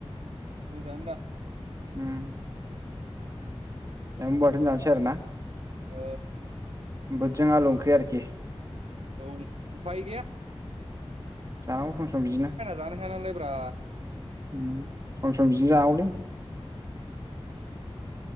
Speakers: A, on the right; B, on the right.
A: मोजांआनो दा।
B: उम एम्बु बाथोन जानोसै आरोना?
A: ओ
B: बुदजों आलु ओंख्रि आरोखि।
A: औ उफाय गोया।
B: जानांगौ सम सम बिदिनो
A: जानो हाया नालायब्रा
B: उम सम सम बिदिनो जानांगौ। <unintelligible>